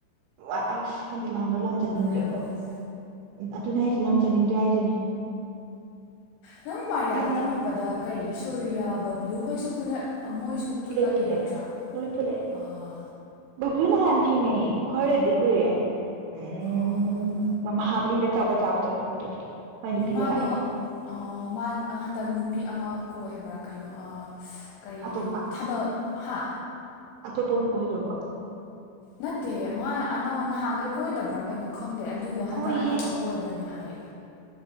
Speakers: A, on the right; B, on the left.
A: ꯋꯥꯠ ꯑꯁ ꯈꯪꯗꯦ ꯂꯥꯝꯕ ꯂꯥꯝꯖꯅꯤꯡꯗꯦꯀꯣ
B: ꯌꯥꯕ ꯅꯠꯇꯦ
A: ꯑꯗꯨꯅꯦ ꯑꯩꯁꯦ ꯂꯝꯖꯅꯤꯡꯗ꯭ꯔꯦ ꯍꯥꯏꯁꯤꯅꯦ
B: ꯅꯪ ꯃꯥꯔꯤꯌꯥꯗ
A: ꯍꯥꯏꯗꯤ
B: ꯇꯝꯃꯛꯄꯗ ꯀꯔꯤ ꯁꯨꯔꯌꯥ ꯕꯕ꯭ꯂꯨ ꯍꯣꯏꯁꯨ ꯄꯨꯂꯞ ꯃꯣꯏꯁꯨ ꯄꯨꯜꯂꯛꯏ
A: ꯂꯩ ꯄꯨꯜꯂꯛꯑꯦ
B: ꯅꯠꯇ꯭ꯔꯥ
A: ꯂꯣꯏ ꯄꯨꯜꯂꯛꯑꯦ
B: ꯑꯥ
A: ꯕꯕ꯭ꯂꯨ ꯅꯍꯥꯟ ꯊꯦꯡꯅꯩ ꯈꯔꯗꯤ ꯀꯨꯏꯔꯦ ꯎꯝ
B: ꯑꯥ
A: ꯃꯍ ꯍꯥꯥꯕꯂꯤ ꯆꯄ ꯆꯥꯕ ꯆꯠꯄ ꯑꯈꯣꯢꯗꯣ ꯑꯗꯨꯗ ꯃꯥꯏ ꯅꯨꯄꯤꯒ
B: ꯃꯥꯗꯣ
A: ꯂꯥꯛꯑꯦ
B: ꯑꯥ ꯃꯥ ꯍꯟꯗꯛ ꯅꯨꯄꯤ ꯑꯃ ꯀꯣꯏꯕ꯭ꯔꯥ ꯀꯩꯅꯣ ꯀꯔꯤ
A: ꯑꯇꯣꯞꯄ
B: ꯊꯕꯛ ꯍꯥ
A: ꯑꯇꯣꯞꯄ ꯑꯃ ꯀꯣꯏꯔꯣꯏꯕ
B: ꯅꯠꯇꯦ ꯃꯥ ꯑꯅ ꯅꯍꯥꯟꯈꯩ ꯀꯣꯏꯗꯕ꯭ꯔꯥ ꯀꯩꯅꯣ ꯈ ꯈꯪꯗꯦ ꯑꯗꯨꯗꯣ ꯍꯟꯗꯛ
A: ꯀꯣꯏꯍꯦ
B: ꯑꯅꯧꯕ ꯀꯣꯏꯕꯅꯦ ꯍꯥꯏꯌꯦ